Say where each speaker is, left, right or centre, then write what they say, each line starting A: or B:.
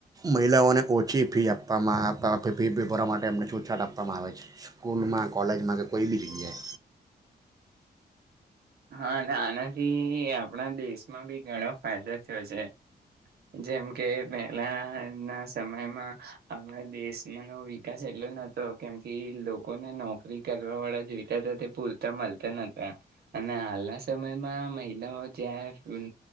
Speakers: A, on the right; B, on the right.
A: મહિલાઓને ઓછી ફી આપવામાં ફી ભરવા માટે એમને છૂટછાટ આપવામાં આવે છે સ્કૂલમાં કોલેજમાં કે કોઈ બી જગ્યાએ
B: હા અને આનાથી આપણા દેશમાં બી ઘણો ફાયદો થયો છે જેમ કે પહેલા ના સમયમાં આપણા દેશનોો વિકાસ એટલો નહતો કેમ કે લોકોને નોકરી કરવા વાળા જોઈતા હતા તે પૂરતા મળતા નહતા અને હાલના સમયમાં મહિલાઓ ચ્ટાફ ન